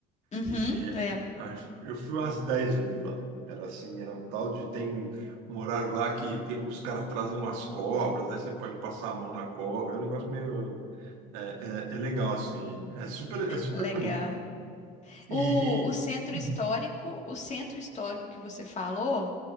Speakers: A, on the left; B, on the right.
A: Uhum,
B: E
A: lembro.
B: acho- eu fui umas 10 vezes lá. Era assim, era um tal de tem um horário lá que tem, os caras trazem umas cobras, aí você pode passar a mão na cobra. É um negócio meio. É, é, é legal, assim. É super, é super
A: Legal.
B: bonito. E.
A: O, o centro
B: Uhum.
A: histórico, o centro histórico que você falou,